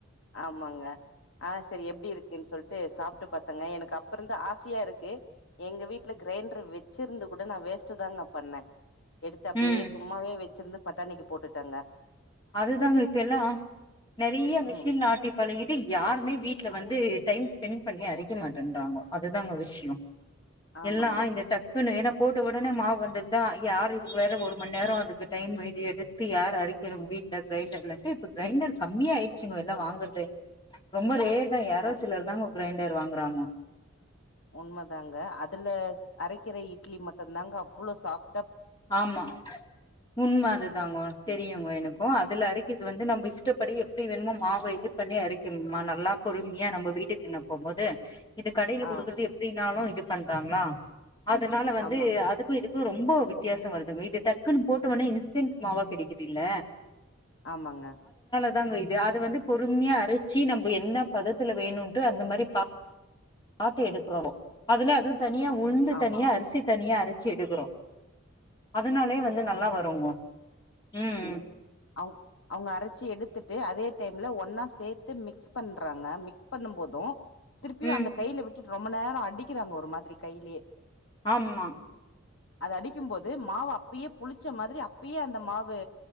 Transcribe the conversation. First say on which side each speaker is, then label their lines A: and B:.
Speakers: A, on the left (about 65°); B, on the left (about 20°).
A: ஆமாங்க ஆ சரி எப்டி இருக்குனு சொல்ட்டு சாப்ட்டு பாத்தங்க எனக்கு அப் அப்ப இருந்து ஆசையா இருக்கு எங்க வீட்டுல கிரைண்டரு வச்சிருந்து கூட நா வேஸ்ட்டு தாங்க பண்ண எடுத்து அப்டியே
B: ம்.
A: சும்மாவே வெச் ச்சுருந்து பட்டாணிக்கு போட்டுட்டங்க
B: அதுதாங்க இப்ப எல்லா நெறைய மிஷின்ல
A: ம்
B: ஆட்டி பழகிட்டு யாருமே வீட்டுல வந்து டைம் ஸ்பென்ட் பண்ணி அரைக்க மாட்டன்றாங்கோ அதுதாங்க விஷியோ
A: ஆமாங்க
B: எல்லா இந்த டக்குனு ஏனாப் போட்ட ஒடனே மாவு வந்துருதா யாரு இதுக்கு வேற ஒரு மண் நேர அதுக்கு டைம் எதி எடுத்து யாரு அரி எரும் வீட்ல கிரைண்டர்ல இருந்து இப்ப கிரைண்டர் கம்மி ஆயிடுச்சுங்க எல்லா வாங்குறது ரொம்ப ரேர் இல்ல யாரோ
A: உ
B: சிலர்தாங்க கிரைண்டர் வாங்குறாங்க
A: உண்மதாங்க அதுல அரைக்குர இட்லி மட் தந்தாங்க அவ்ளோ சாப்
B: ஆமா உண்ம அதுதாங்கொ தெரியுங்கொ எனக்கு அதுல அரைக்கிறது வந்து நம்ம இஷ்டப்படி எப்டி வேணுமோ மாவ இது பண்ணி அரைக்கணுமா நல்லா பொறுமையா நம்ம வீட்டுக்குனு போகும்போது இது கடைல குடுக்குறது
A: ஆ
B: எப்டினாலு இது பண்றாங்களா அதனால வந்து
A: ஆமாங்
B: அதுக்கு இதுக் கு ரொம்போ வித் வித்தியாசொ வருதுங்க இது டக்குன்னு போட்டோனே இன்ஸ்டன்ட் மாவா கெடைக்குதுல்ல
A: ஆமாங்க
B: அதாங்கோ இது அது வந்து பொறுமையா அரைச்சு நம்ப என்ன பதத்துல வேணுன்டு அந்த மாரி பாத்து எடுக்கோனு அதுல அது தனியா உளுந்து
A: ஆமா
B: தனியா
A: ஆமா
B: அரிசி தனியா அர சி எடுக்குறோ அதனாலேயே வந்து நல்லா வருங்கோ ம்
A: அவு அவுங்க அரைச்சு எடுத்துட்டு அதே டைம்ல ஒன்னா சேத்து மிக்ஸ் பண்றாங்க மிக்ஸ் பண்ணும் போதும் திருப்பியு
B: ம்
A: அந்த கைய்ல விட் ரொம்ப நேர அடிக்கிறாங்க ஒரு மாதிரி கைலியே
B: ஆம்மா
A: அது அடிக்கும்போது மாவு அப்பயே புளிச்ச மாதிரி அப்பயே அந்த மாவு